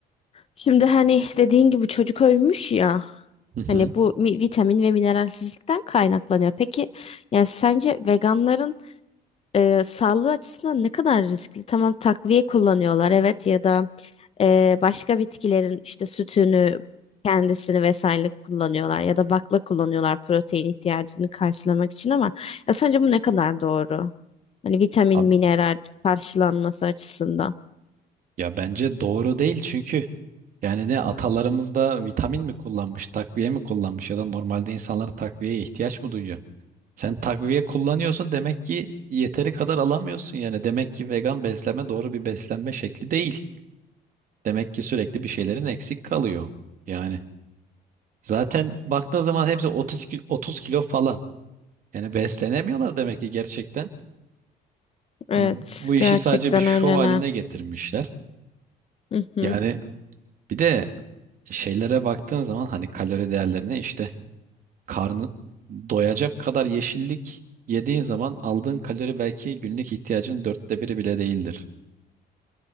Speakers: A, on the left (about 35°); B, on the right (about 55°).
A: şimdi hani dediğin gibi çocuk ölmüş ya.
B: Hı hı.
A: Hani bu mi- vitamin ve mineralsizlikten kaynaklanıyor. Peki, yani sence veganların e, sağlığı açısından ne kadar riskli? Tamam takviye kullanıyorlar evet ya da e, başka bitkilerin işte sütünü kendisini vesaire kullanıyorlar ya da bakla kullanıyorlar protein ihtiyacını karşılamak için ama ya sence bu ne kadar doğru? Hani vitamin,
B: Abi,
A: mineral karşılanması açısından.
B: ya bence doğru değil çünkü yani ne atalarımız da vitamin mi kullanmış, takviye mi kullanmış ya da normalde insanlar takviyeye ihtiyaç mı duyuyor? Sen takviye kullanıyorsun demek ki yeteri kadar alamıyorsun yani. Demek ki vegan beslenme doğru bir beslenme şekli değil. Demek ki sürekli bir şeylerin eksik kalıyor. Yani zaten baktığın zaman hepsi 30 ki- 30 kilo falan. Yani beslenemiyorlar demek ki gerçekten.
A: Evet,
B: Hani bu işi
A: gerçekten
B: sadece bir şov
A: öyleler.
B: haline getirmişler.
A: Hı hı.
B: Yani bir de şeylere baktığın zaman hani kalori değerlerine işte karnı doyacak kadar yeşillik yediğin zaman aldığın kalori belki günlük ihtiyacın dörtte biri bile değildir.